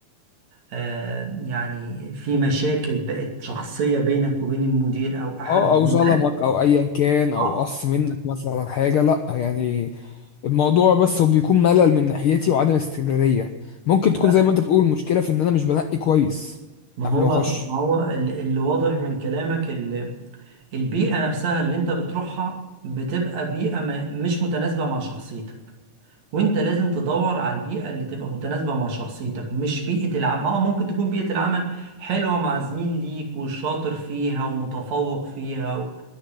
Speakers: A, on the right; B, on the left.
A: آه يعني في مشاكل بقت شخصية بينك وبين المدير او احد
B: اه
A: الزملاء
B: او ظلمك او ايا كان
A: اه
B: او قص منك مثلا حاجه لا يعني الموضوع بس هو بيكون ملل من ناحيتي وعدم استمرارية ممكن تكون
A: لا
B: زي ما انت بتقول مشكلة في ان انا مش بنقي كويس
A: ما
B: قبل
A: هو
B: ما اخش
A: ما هو ال- اللي واضح من كلامك البيئة نفسها اللي انت بتروحها بتبقى بيئة ما- مش متناسبة مع شخصيتك وانت لازم تدور على البيئة اللي تبقى متناسبة مع شخصيتك مش بيئة العمل اه ممكن تكون بيئة العمل حلوة مع زميل ليك وشاطر فيها ومتفوق فيها و...